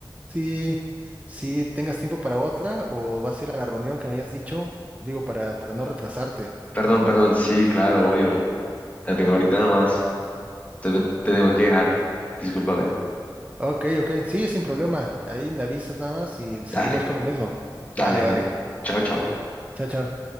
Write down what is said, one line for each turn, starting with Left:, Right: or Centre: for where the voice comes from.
Right: si, si tengas tiempo para otra o vas a ir a la reunión que habías dicho, digo, para, para no
Left: Ah,
Right: retrasarte.
Left: Perdón, perdón, sí, claro, obvio. La tengo ahorita nomás. Entonces me- te tengo que dejar. Discúlpame.
Right: Ok, ok. Sí, sin problema. Ahí me avisas nada más y seguimos
Left: Dale,
Right: con lo mismo.
Left: dale,
Right: Vale, vale.
Left: dale. Chao, chao.
Right: Chao, chao.